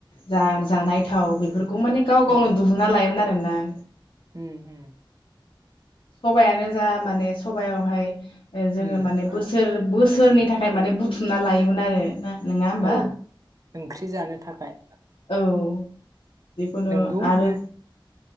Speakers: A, on the left; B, on the right.
A: जा जानाय थाव बेफोर खौ माने गाव गावनो
B: उम
A: दुहुनना लायोमोन आरो मोनाय।
B: उम उम
A: सबायानो जा माने सबायावहाय जोङो
B: उम
A: माने बोसोर बोसोर सोरनि थाखाय माने बुथुमना लायोमोन आरो ना। नङा होमबा
B: औ ओंख्रि जानो थाखाय
A: औ जिखुनु
B: नोंगौ
A: आरो
B: बे